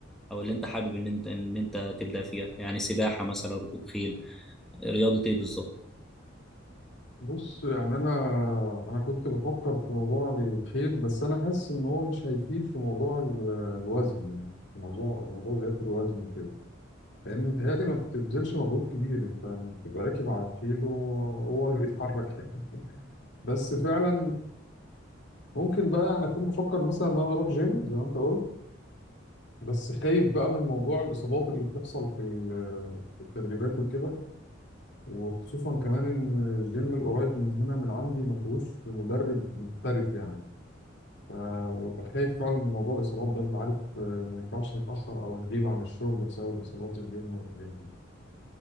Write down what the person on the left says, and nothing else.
بص يعني انا انا كنت بفكر في موضوع الخيل بس انا حاسس ان هو مش هيفيد في موضوع ال- الوزن يعني في موضوع موضوع زياده الوزن وكده لان متهيألي ما بتبذلش مجهود كبير انت بتبقى راكب على الخيل وهو اللي بيتحرك يعني بس فعلا ممكن بقى يعني اكون بفكر مثلا ان انا اروح جيم زي ما انت قلت بس خايف بقى من موضوع الاصابات اللي بتحصل في ال- في التدريبات وكده وخصوصا كمان ان الجيم القريب من هنا من عندي ما فيهوش مدرب محترف يعني فببقى خايف فعلا من موضوع الاصابات ده انت عارف آه، ما ينفعش نتاخر او نغيب عن الشغل بسبب اصابات الجيم والحاجات دي